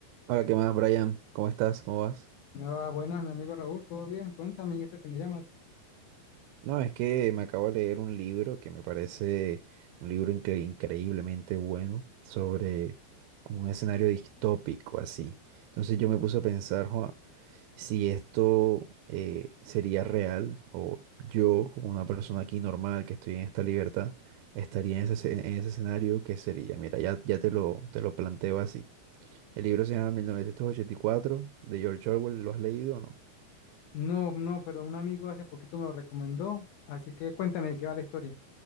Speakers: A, on the right (about 80°); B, on the left (about 65°).
A: Hola, ¿qué más, Brian? ¿Cómo estás? ¿Cómo vas?
B: Ah, buenas, mi amigo Raúl, ¿todo bien? Cuéntame, ¿y eso que me llamas?
A: No, es que me acabo de leer un libro que me parece un libro incre- increíblemente bueno sobre como un escenario distópico así. Entonces yo me puse a pensar, "Joa, si esto eh, sería real o yo como una persona aquí normal que estoy en esta libertad estaría en ese, escen- en ese escenario, ¿qué sería? Mira, ya, ya te lo, te lo planteo así. El libro se llama 1984 de George Orwell. ¿Lo has leído o no?
B: No, no, pero un amigo hace poquito me lo recomendó, así que cuéntame de qué va la historia.